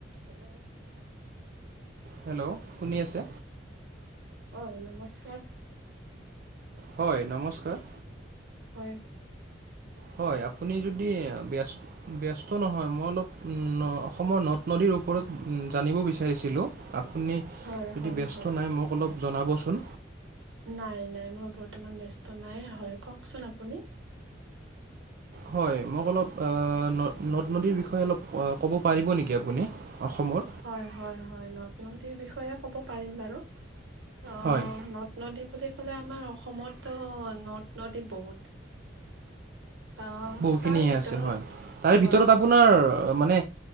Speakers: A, on the right; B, on the right.
A: Hello
B: hello শুনি আছে।
A: হয় নমস্কাৰ
B: হয় নমস্কাৰ
A: হয়
B: হয় আপুনি যদি ব্যস্ত ব্যস্ত নহয় মই অলপ অসমৰ নদ নদীৰ ওপৰত জানিব বিচাৰিছিলোঁ আপুনি
A: হয়
B: যদি
A: হয়
B: ব্যস্ত
A: হয়।
B: নাই মোক অলপ জনাবচোন।
A: নাই নাই মই বৰ্তমান বস্ত নাই হয় কওকচোন আপুনি।
B: হয়, মোক অলপ ন নদ নদীৰ বিষয়ে অলপ ক'ব পাৰিব নেকি আপুনি। অসমৰ
A: হয় হয় হয় নদ নদীৰ বিষয়ে ক'ব পাৰিম বাৰু। অ
B: হয়
A: নদ নদী বুলি আমাৰ অসমতো নদ নদী বহুত আহ
B: বহুখিনিয়ে
A: তাৰ ভিতৰত
B: আছে হয় তাৰে
A: হয়
B: ভিতৰত আপোনাৰ মানে